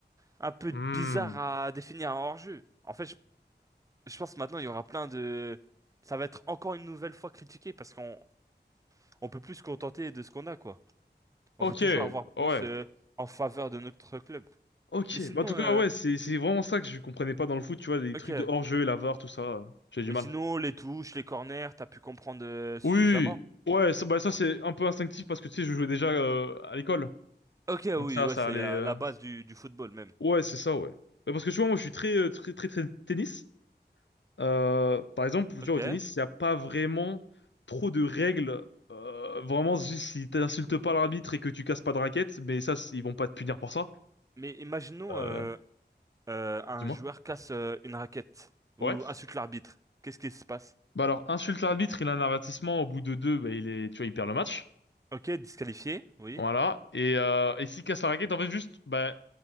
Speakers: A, on the right (about 20°); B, on the left (about 85°).
A: un peu
B: Hmm.
A: bizarre à définir un hors-jeu. En fait, je, je pense que maintenant il y aura plein de... Ça va être encore une nouvelle fois critiqué parce qu'on on peut plus se contenter de ce qu'on a, quoi. On
B: Ok.
A: veut toujours avoir
B: Ouais.
A: plus euh, en faveur de notre club.
B: Ok,
A: Mais sinon,
B: bah, en tout cas,
A: euh,
B: ouais, c'est c'est vraiment ça que je comprenais pas dans le foot, tu vois, les
A: ok.
B: trucs de hors-jeu, la VAR, tout ça, euh, j'ai du
A: Et
B: mal.
A: sinon, les touches, les corners, t'as pu comprendre euh, suffisamment.
B: Oui, ouais, ça, bah, ça c'est un peu instinctif parce que tu sais, je jouais déjà euh, à l'école,
A: Ok,
B: donc
A: oui,
B: ça,
A: ouais,
B: ça
A: c'est
B: allait.
A: la,
B: euh,
A: la base du, du football même.
B: Ouais, c'est ça, ouais. Bah, parce que tu vois, moi, je suis très, euh, très, très, très tennis. Euh, par exemple, tu
A: Ok.
B: vois, au tennis, il n'y a pas vraiment trop de règles. Euh, vraiment, juste si t'insultes pas l'arbitre et que tu casses pas de raquette, mais ça, c'est- ils vont pas te punir pour ça.
A: Mais imaginons
B: Euh,
A: euh, euh, un
B: dis-moi.
A: joueur casse euh, une raquette ou
B: Ouais.
A: insulte l'arbitre. Qu'est-ce qui se passe?
B: Bah alors, insulte l'arbitre, il a un avertissement, au bout de deux, bah il est, tu vois, il perd le match.
A: Ok, disqualifié, oui.
B: Voilà. Et, euh, et s'il casse la raquette, en fait, juste, bah,